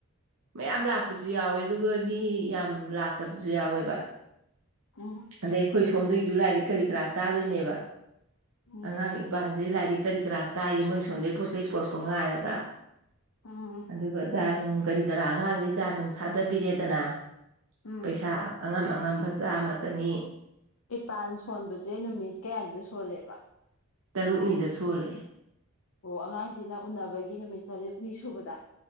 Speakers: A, on the right (about 70°); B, on the left (about 70°).
A: ꯃꯌꯥꯝ ꯂꯥꯛꯄꯁꯨ ꯌꯥꯎꯋꯦ ꯑꯗꯨꯒ ꯃꯤ ꯌꯥꯝ ꯂꯥꯛꯇꯕꯁꯨ ꯌꯥꯎꯋꯦꯕ
B: ꯎꯝ
A: ꯑꯗꯩ ꯑꯩꯈꯣꯏ ꯁꯣꯝꯗꯒꯤꯁꯨ ꯂꯥꯏꯔꯤꯛ ꯀꯔꯤ ꯀꯔꯥ ꯇꯥꯗꯣꯏꯅꯦꯕ
B: ꯎꯝ
A: ꯑꯉꯥꯡ ꯏꯄꯥꯟ ꯑꯗꯩ ꯂꯥꯏꯔꯤꯛ ꯀꯔꯤ ꯀꯔꯥ ꯇꯥꯏ ꯃꯣꯏ ꯁꯣꯝꯗꯗꯒꯤ ꯄꯣꯠ ꯆꯩ ꯄꯨꯣꯔꯛꯄ ꯉꯥꯏꯔꯒ
B: ꯎꯝ
A: ꯑꯗꯨꯒ ꯗꯥ ꯅꯨꯡ ꯀꯔꯤ ꯀꯔꯥ ꯑꯉꯥꯡꯒꯤ ꯗꯥ ꯅꯨꯡ ꯊꯥꯗꯕꯤꯔꯦꯗꯅ
B: ꯎꯝ
A: ꯄꯩꯁꯥ ꯑꯉꯝ ꯑꯉꯝꯕ ꯆꯥꯃ ꯆꯅꯤ
B: ꯏꯄꯥꯟ ꯁꯣꯟꯕꯁꯦ ꯅꯨꯃꯤꯠ ꯀꯌꯥꯅꯤꯗ ꯁꯣꯜꯂꯦꯕ
A: ꯇꯔꯨꯛꯅꯤꯗ ꯁꯣꯜꯂꯦ
B: ꯑꯣ ꯑꯉꯥꯡꯁꯤꯅ ꯎꯟꯅꯅꯕꯒꯤ ꯅꯨꯃꯤꯠ ꯇꯔꯦꯠꯅꯤ ꯁꯨꯕꯗ